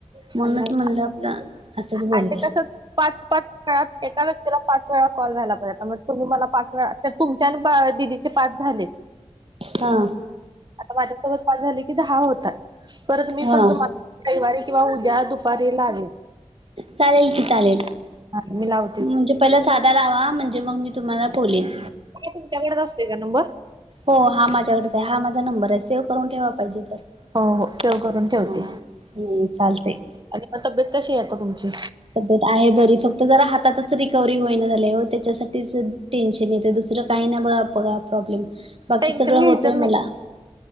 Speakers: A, on the right; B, on the right.
A: म्हणच
B: पण नाही
A: म्हणलं आपलं असंच बोलूया
B: आणि ते कसं पाच पाच काेळात एका व्यक्तीला पाच वेळा कॉल व्हायला पाहिजेता मग तुम्ही मला पाच वेळा तुमच्या आणि दिदीचे पाच झालेत
A: हा
B: आता माझ्यासोबत पाच झाले की दहा होतात परत मी
A: हा
B: पण तुम्हाला रविवारी किंवा उद्या दुपारी लागल
A: चालेल की चालेल
B: हा मलाव
A: म्हणजे पहिला साधा लावा म्हणजे मग मी तुम्हाला बोलेन
B: तुमच्याकडच असतेय का नंबर
A: हो हा माझ्याकडे आहे हा माझा नंबर आहे सेव करून ठेवा पाहिजे तर
B: हो हो सेव्ह करून ठेवते
A: हा चालते
B: आणि मग तब्येत कशी आहेे आता तुमची
A: तब्येत आहे बरी फक्त जरा हातातच रिकवर्ही होई ना झाले व त्याच्यासाठीच टेन्शन नाही तर दुसरं काही ना बघ बघ प्रॉब्लेम बाकी
B: टेन्शन
A: सगळं
B: घ्यायचं
A: होतय
B: नाही
A: मला